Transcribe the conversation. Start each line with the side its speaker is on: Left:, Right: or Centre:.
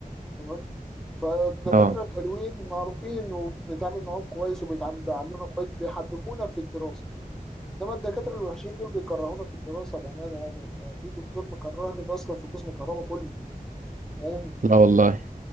Centre: تمام فالدكاترة
Right: اه
Centre: الحلوين معروفين وبنتعامل معاهم كويس وبيتعاملونا كويس بيحببونا في الدراسة إنما الدكاترة الوحشين دول بيكرهونا في الدراسة بأمانة يعني آه، في دكتور مكرهني في أصلا في قسم الكهرباء كله فاهم
Right: لا والله